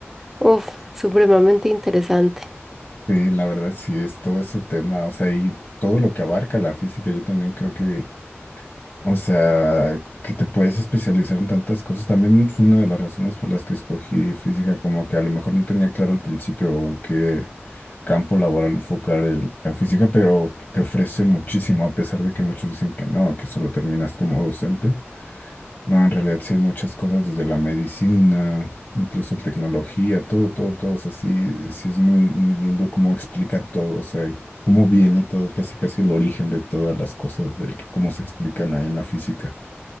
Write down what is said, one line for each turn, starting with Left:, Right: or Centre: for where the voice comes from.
Centre: uff, supremamente interesante.
Left: Sí, la verdad sí es todo ese tema, o sea, y todo lo que abarca la física, yo también creo que o sea, que te puedes especializar en tantas cosas. También fue una de las razones por las que escogí física, como que a lo mejor no tenía claro al principio en qué campo laboral enfocar el- la física, pero te ofrece muchísimo, a pesar de que muchos dicen que no, que solo terminas como docente. No, en realidad sí hay muchas cosas, desde la medicina, incluso tecnología, todo, todo, todo. O sea, sí, sí es muy, muy lindo cómo explica todo. O sea, cómo viene todo, casi casi el origen de todas las cosas, de cómo se explican ahí en la física.